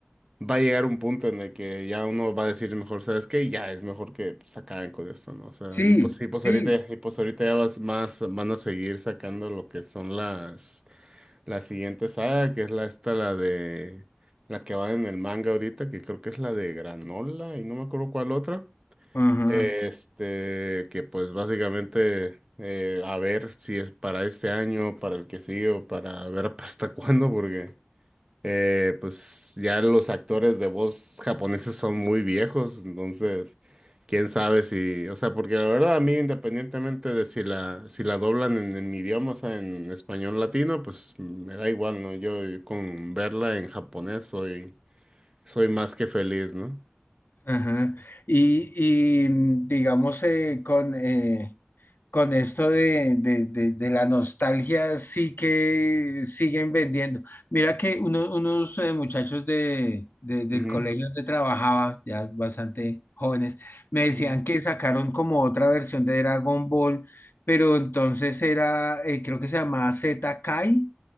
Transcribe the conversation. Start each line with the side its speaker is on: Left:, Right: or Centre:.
Right: va a llegar un punto en el que ya uno va a decir mejor, ¿sabes qué? Ya es mejor que pues, acaben con esto, ¿no? O sea,
Left: Sí,
Right: y pues, y pues
Left: sí.
Right: ahorita, y pues ahorita ya vas más, van a seguir sacando lo que son las, la siguiente saga, que es la esta, la de, la que va en el manga ahorita, que creo que es la de Granola, y no me acuerdo cuál otra.
Left: Ajá,
Right: Este, que pues básicamente eh, a ver si es para este año, para el que sigue o para ver <laughs> hasta cuándo, porque eh, pues ya los actores de voz japoneses son muy viejos, entonces quién sabe si, o sea, porque la verdad a mí independientemente de si la si la doblan en, en mi idioma, o sea, en español latino, pues me da igual, ¿no? Yo eh, con verla en japonés soy soy más que feliz, no
Left: ajá. Y, y, digamos, eh, con, eh, con esto de, de, de- de la nostalgia sí que siguen vendiendo. Mira que uno- unos eh, muchachos de, de- del
Right: Ujú,
Left: colegio donde trabajaba, ya bastante jóvenes, me decían
Right: ujú.
Left: que sacaron como otra versión de Dragon Ball, pero entonces era, eh, creo que se llamaba Z Kai.